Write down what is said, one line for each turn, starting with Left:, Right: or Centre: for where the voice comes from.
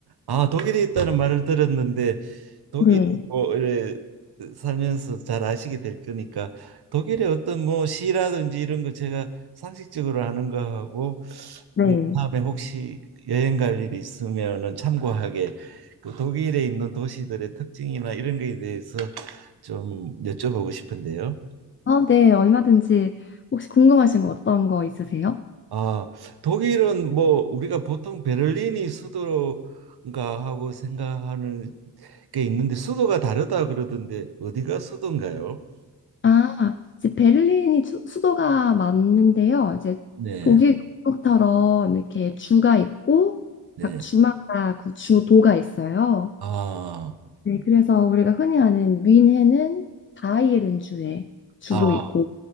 Right: 아, 독일에 있다는 말을 들었는데 독일에
Left: 네,
Right: 뭐 이래 살면서 잘 아시게 될 거니까 독일의 어떤 뭐 시라든지 이런 거 제가 상식적으로 아는 거하고
Left: 네.
Right: 뭐 다음에 혹시 여행 갈 일이 있으면은 참고하게 그 독일에 있는 도시들의 특징이나 이런 거에 대해서 좀 여쭤보고 싶은데요.
Left: 어, 네, 얼마든지 혹시 궁금하신 거 어떤 거 있으세요?
Right: 아, 독일은 뭐 우리가 보통 베를린이 수도인가 하고 생각하는 게 있는데 수도가 다르다 그러던데 어디가 수도인가요?
Left: 아, 이제 베를린이 수, 수도가 맞는데요. 이제
Right: 네,
Left: 독일 국처럼 이렇게 주가 있고
Right: 네.
Left: 각 주마다 그 주도가 있어요.
Right: 아,
Left: 네, 그래서 우리가 흔히 아는 뮌헨은 바이에른 주의 주도
Right: 아,
Left: 있고